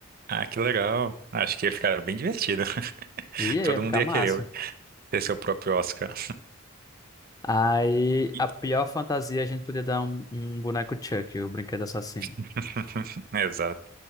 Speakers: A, on the right; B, on the left.
A: Ah, que legal. Acho que ia ficar bem divertido. <laughs>
B: E aí,
A: Todo
B: ia ficar
A: mundo ia
B: massa.
A: querer ter seu próprio Oscar.
B: Aí,
A: E-
B: a pior fantasia, a gente podia dar um, um boneco Chuck, o brinquedo assassino.
A: <laughs> Exato.